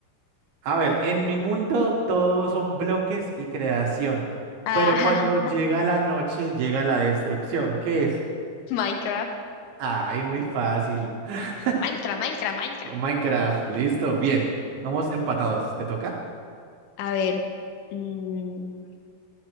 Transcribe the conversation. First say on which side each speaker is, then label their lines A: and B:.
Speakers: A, on the right; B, on the left.
A: A ver, en mi mundo todos son bloques y creación,
B: Ajá,
A: pero cuando llega la noche llega la destrucción. ¿Qué es?
B: Minecraft.
A: Ay, muy fácil. <laughs>
B: Minecraft, Minecraft, Minecraft.
A: Minecraft, listo, bien. Vamos empatados. ¿Te toca?
B: A ver. mm,